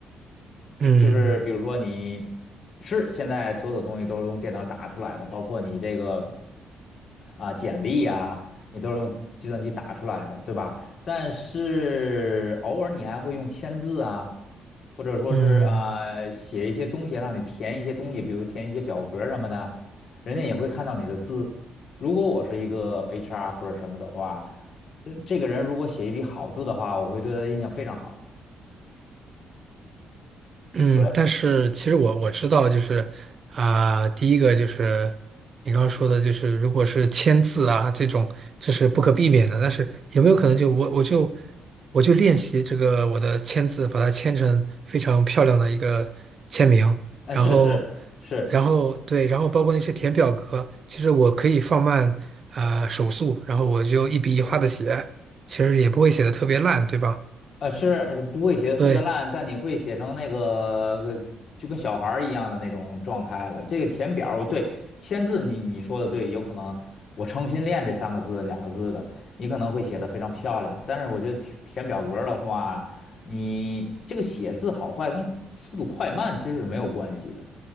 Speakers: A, on the right (about 45°); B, on the left (about 55°).
A: 嗯
B: 就是比如说你是现在所有的东西都是用电脑打出来的，包括你这个啊简历啊，你都是用计算机打出来的，对吧？但是偶尔你还会用签字啊，或者说是啊写一些东西，
A: 嗯，
B: 让你填一些东西，比如填一些表格什么的，人家也会看到你的字。如果我是一个 HR 或者什么的话，呃这个人如果写一笔好字的话，我会对他印象非常好。
A: 嗯，
B: 对，
A: 但是其实我我知道，就是啊、第一个就是你刚刚说的，就是如果是签字啊这种，这是不可避免的。但是有没有可能就我我就我就练习这个我的签字，把它签成非常漂亮的一个签名，
B: 那是是是，
A: 然后然后对，然后包括那些填表格，其实我可以放慢啊、手速，然后我就一笔一画的写，其实也不会写的特别烂，对吧？
B: 呃，是不会写的特别烂，
A: 对，
B: 但你会写成那个呃就跟小孩儿一样的那种状态了。这个填表儿，对，签字你你说的对，有可能我诚心练这三个字两个字的，你可能会写的非常漂亮，但是我觉得填填表格儿的话，你这个写字好坏跟速度快慢其实是没有关系的。